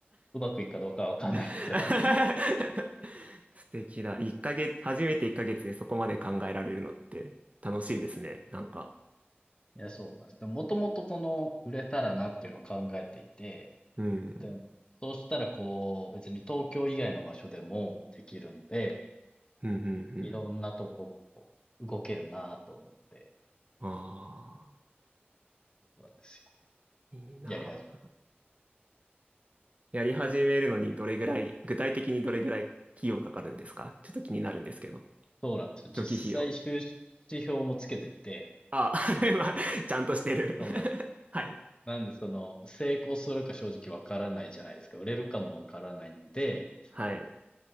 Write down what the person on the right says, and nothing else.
<laughs> 素敵だ。一ヶ月、初めて1ヶ月でそこまで考えられるのって楽しいですね。なんか。
うん。
うんうん
うん。ああ、
いいな。
やり始めるのにどれぐらい、具体的にどれぐらい費用かかるんですかちょっと気になるんですけど。
初期費用。
あ、<laughs> まあ、ちゃんとしてる
<laughs> はい。
はい。